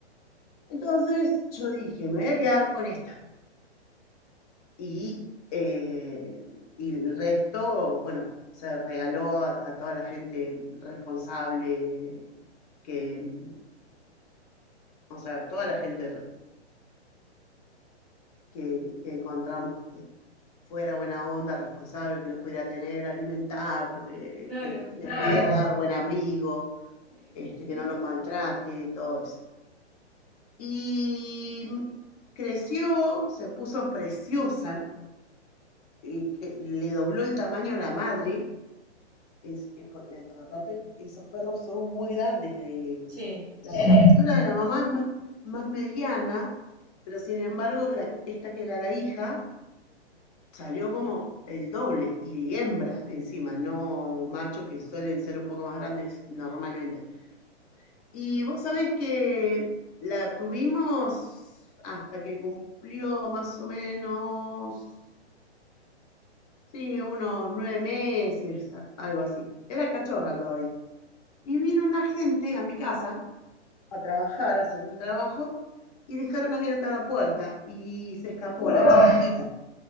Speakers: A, on the left; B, in the centre.
A: Entonces yo dije, me voy a quedar con esta. Y, eh, y el resto, bueno, se regaló a, a toda la gente responsable, que, mm, o sea, toda la gente que, que encontramos que fuera buena onda, responsable, que los pudiera tener, alimentar, eh,
B: Claro.
A: que les pudiera dar buen abrigo.
B: Sí.
A: este, que no los maltrate, todo eso. Y creció, se puso preciosa, y que le dobló el tamaño a la madre. Es, es eh, aparte, esos perros son muy grandes. De,
B: Sí.
A: la estructura de la mamá es más, más mediana, pero sin embargo, la, esta que era la hija salió como el doble y hembra encima, no macho que suelen ser un poco más grandes normalmente. Y vos sabés que la tuvimos hasta que cumplió más o menos, sí, unos nueve meses, a- algo así. Era cachorra todavía. Y vino una gente a mi casa a trabajar, a hacer un trabajo, y dejaron abierta la puerta y se escapó la chiquitita.